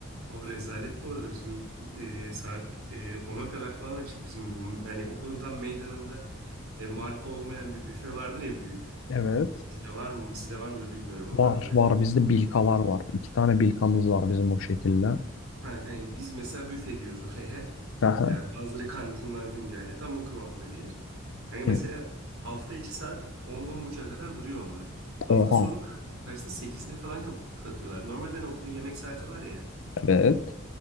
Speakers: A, on the right; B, on the left.
A: Abi rezalet bu arada bizim e, saat e, 10'a kadar falan açık bizim bu. Yani okulun tam meydanında e, marka olmayan bir büfe vardır ya büyük.
B: Evet.
A: Bizde var mı? Sizde var mıdır bilmiyorum ama
B: Var
A: özellikle.
B: var bizde bilkalar
A: Ha,
B: var. İki tane bilkamız var bizim o şekilde.
A: ha, kanka biz mesela büfe diyoruz <laughs> oraya.
B: Aha.
A: Ya bazıları kantin mantin diyor. Yani tam o kıvamda bir yer. Hani
B: Hı.
A: mesela hafta içi saat 10-10.30'a kadar duruyor onlar. Hafta
B: Oha.
A: sonu da kaçta? sekizde falan kapatıyorlar. Normalde hani okulun yemek saati var ya.
B: Evet.